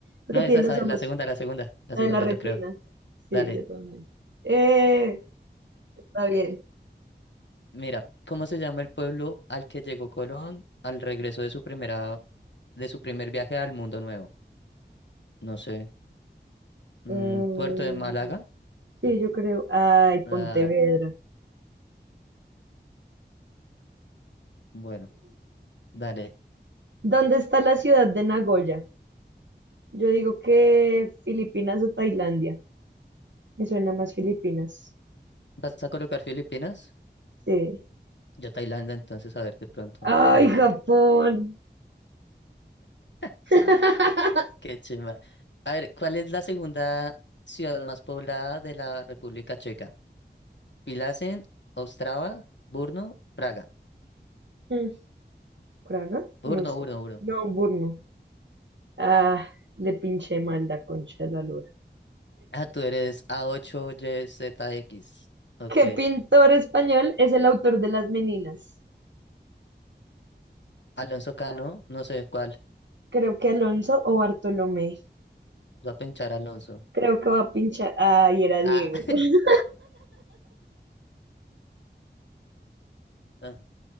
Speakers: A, on the right; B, on the left.
A: porque
B: No,
A: tienen
B: esa es
A: los ojos
B: la segunda, la segunda, la
A: La
B: segunda,
A: de la retina.
B: yo creo. Dale.
A: Sí, yo también. Eh, está bien.
B: Mira, ¿cómo se llama el pueblo al que llegó Colón al regreso de su primera, de su primer viaje al mundo nuevo? No sé. Mm,
A: Eh,
B: ¿Puerto de Málaga?
A: sí, yo creo. Ay,
B: Ah,
A: Pontevedra.
B: bueno, dale.
A: ¿Dónde está la ciudad de Nagoya? Yo digo que Filipinas o Tailandia. Me suena más Filipinas.
B: ¿Vas a colocar Filipinas?
A: Sí.
B: Yo Tailandia, entonces, a ver, de pronto.
A: Ay,
B: No, ni...
A: Japón.
B: <laughs>
A: <laughs>
B: Qué chimba. A ver, ¿cuál es la segunda ciudad más poblada de la República Checa? Pilasen, Ostrava, Brno, Praga.
A: Mm, ¿Praga?
B: Brno,
A: No sé.
B: Brno, Brno.
A: No, Burno. Ah, le pinché mal la concha de la lora.
B: Ah, tú eres A8YZX. Ok.
A: ¿Qué pintor español es el autor de Las Meninas?
B: Alonso Cano, no sé cuál.
A: Creo que Alonso o Bartolomé.
B: Voy a pinchar Alonso.
A: Creo que va a pinchar. Ah, y era Diego.
B: Ah, <laughs>
A: <laughs>
B: ah,